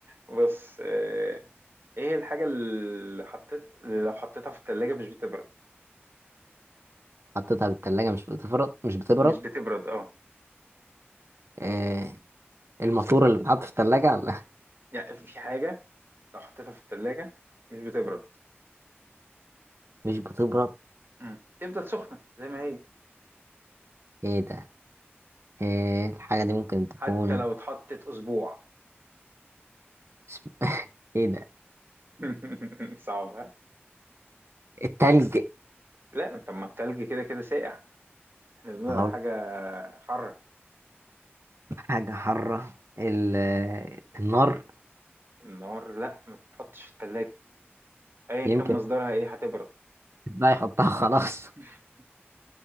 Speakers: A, on the right; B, on the right.
A: بص آه، إيه الحاجة اللي حطيت اللي لو حطيتها في التلاجة مش بتبرد
B: حطيتها في التلاجة مش بتبرد مش بتبرد
A: مش بتبرد اه
B: آه الماسورة اللي بتحط في التلاجة لا
A: يعني في حاجة لو حطيتها في التلاجة مش بتبرد
B: <laughs> مش بتبرد
A: مم. تفضل سخنة زي ما هي
B: ايه ده آه الحاجة دي ممكن تكون
A: حتى لو اتحطت أسبوع
B: اسم- ايه ده
A: <laughs> صعب ها؟
B: التلج
A: لا طب ما التلج كده كده ساقع احنا بنقول
B: لو
A: على حاجة حرة
B: حاجة حارة ال... آه، النار
A: النار لا ما تتحطش في التلاجة أيا
B: يمكن
A: كان مصدرها ايه هتبرد
B: بقى يحطها خلاص
A: <laughs>